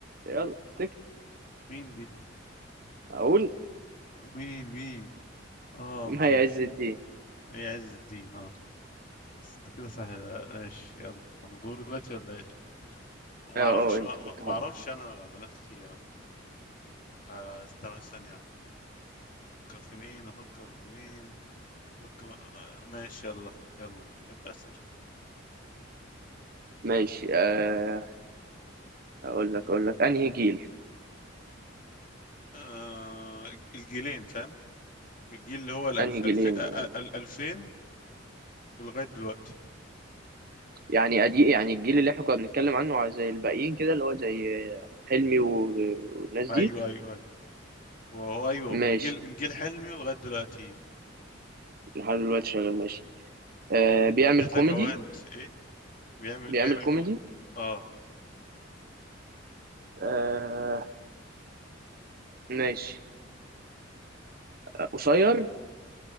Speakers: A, on the right; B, on the left.
A: يلا افتكر
B: مين دي
A: اقول
B: مين مين اه
A: مي
B: مش عارف
A: عز الدين
B: هي عز الدين اه بس انت كده سهل ماشي يلا انا دوري دلوقتي ولا ايه ما
A: اه
B: اعرفش
A: اه انت
B: ما
A: حط
B: ما- ما
A: حد
B: اعرفش انا بنات كتير آه استنى ثانية أفكر في مين أفكر في مين أفكر آه ماشي يلا يلا ابدأ أسأل
A: ماشي آه، اقول لك اقول لك انهي جيل
B: آه الجيلين فاهم الجيل اللي هو الألف
A: انهي جيلين
B: ألف آه،
A: يعني
B: ال- ألفين ولغاية دلوقتي
A: يعني ادي يعني الجيل اللي احنا كنا بنتكلم عنه على زي الباقيين كده اللي هو زي آه، حلمي و- والناس
B: أيوه
A: دي
B: أيوه أيوه وهو أيوه
A: ماشي
B: من جيل من جيل حلمي لغاية دلوقتي
A: لحد دلوقتي شغال ماشي آه
B: عم-
A: بيعمل
B: اديت
A: كوميدي
B: لك أهو هنت إيه بيعمل
A: بيعمل
B: بيعمل
A: كوميدي
B: كود آه
A: آه ماشي آه، قصير